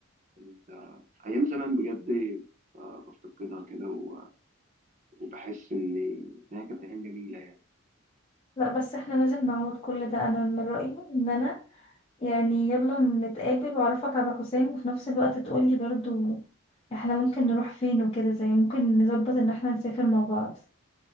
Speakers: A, on the right (about 35°); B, on the left (about 25°).
A: ال- أيام زمان بجد آه، بفتقدها كده و- وبحس إن إنها كانت أيام جميلة يعني
B: لا بس احنا لازم نعوض كل ده انا من رايي ان انا يعني يلا نتقابل واعرفك على حسام وفي نفس الوقت تقولي برضو احنا ممكن نروح فين وكده زي ممكن نظبط ان احنا نسافر مع بعض